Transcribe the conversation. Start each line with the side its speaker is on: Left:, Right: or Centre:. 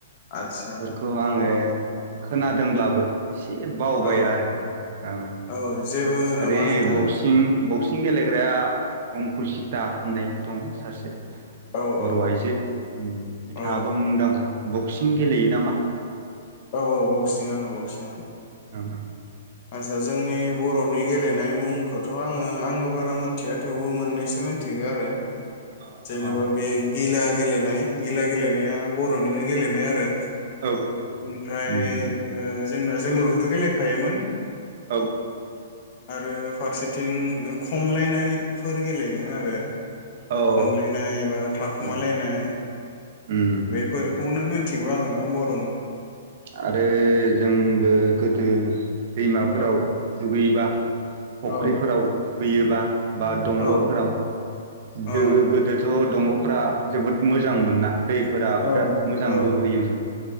Left: आच्छा
Right: बेफोरखौ आङो
Left: औ औ।
Right: खोनादोंब्लाबो से बावबाय
Left: औ
Right: आरो ओं।
Left: औ जेबो नङा
Right: आरे
Left: नोंथां
Right: बक्सिं बकसि सिं गेलेग्राया अंकुसिता होननाय दङ सासे
Left: औ
Right: बर'
Left: औ
Right: आइजो उम बिथाङाबो
Left: औ
Right: मुंदांखा। बक्सिं गेलेयो नामा?
Left: औ औ बक्सिंआनो बक्सिंआनो
Right: ओं ओं
Left: आच्छा जोंनि बर'नि गेलेनाय मुंखोथ' आङो आंबो बारा मोनथिया थेवबो मोननैसो मिथिगो आरो।
Right: अ
Left: जेनेबा
Right: अ
Left: बे गिला गेलेनाय गिला गेलेनाया बर'निनो गेलेनाय आरो ओमफ्राय
Right: अ औ औ उम
Left: ओ जोंना जोलुरखोथ' गेलेखायोमोन
Right: औ
Left: आरो फारसेथिं ओ खमलायनायफोर गेलेयोमोन आरो।
Right: औ
Left: खमलायनाय बा थाखुमालायनाय
Right: उम उम
Left: बेफोर खौनो मिथिगौ आङो ब
Right: आरो जोंबो गोदो दैमाफोराव
Left: औ
Right: दुगैबा फख्रिफोराव
Left: औ
Right: हुयोबा बा दंग'फोराव
Left: औ
Right: दोहो
Left: औ
Right: गोदोथ' दंग'फ्रा जोबोद मोजां मोनना दै फोरा बिराद
Left: औ
Right: मोजां
Left: औ
Right: बोहोयोमोन।